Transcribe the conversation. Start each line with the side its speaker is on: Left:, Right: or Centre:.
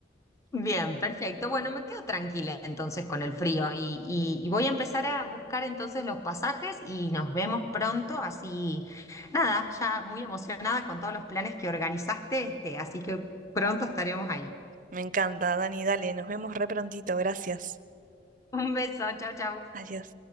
Left: Bien, perfecto. Bueno, me quedo tranquila entonces con el frío y, y- y voy a empezar a buscar entonces los pasajes y nos vemos pronto. Así, nada, ya muy emocionada con todos los planes que organizaste, este, así que pronto estaremos ahí.
Right: Me encanta, Dani, dale, nos vemos re prontito, gracias.
Left: Un beso, chau, chau.
Right: Adiós.